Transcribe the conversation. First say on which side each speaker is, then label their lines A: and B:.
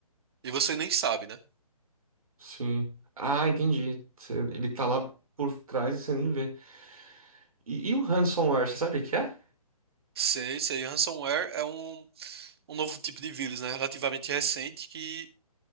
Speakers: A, on the right (about 40°); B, on the right (about 65°).
A: e você nem sabe, né?
B: Sim. Ah, entendi. Cê- Ele tá lá por trás e você nem vê. E, e o ransomware, você sabe o que é?
A: Sei, sei, ransomware é um, um novo tipo de vírus, né? Relativamente recente, que